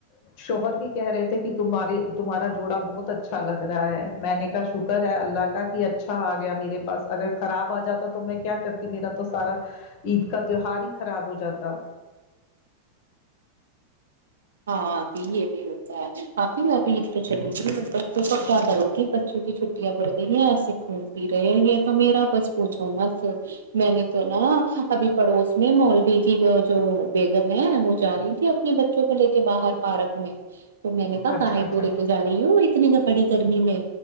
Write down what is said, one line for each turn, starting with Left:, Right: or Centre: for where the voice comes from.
Left: شوہر بھی کہہ رہے تھے کہ تمہے تمہارا جوڑا بہت اچھا لگ رہا ہے میں نے کا شکر ہے اللہ کا کہ اچھا آ گیا میرے پاس اگر خراب آ جاتا تو تو میں کیا کرتی میرا تو سارا عید کا تیوار ہی خراب ہو جاتا
Right: ہاں یہ بھی ہوتا ہے ابھی ابھی تو چلیج تو سب کیا کرو گی بچوں کی چھٹیاں پڑ گئی ہیں ایسے خون پی رہے ہیں یہ تو میرا بس پوچھو مت میں نے تو نا ابھی پڑوس میں مولوی کی جو بیگم ہے وہ جا رہی تھی اپنے بچوں کو کو لے کے باہر پارک میں تو میں نے کہا
Left: اچھا
Right: کاائے
Left: اچھا
Right: تو لے کے جا رہی ہوں اتنی پڑی گرمی میں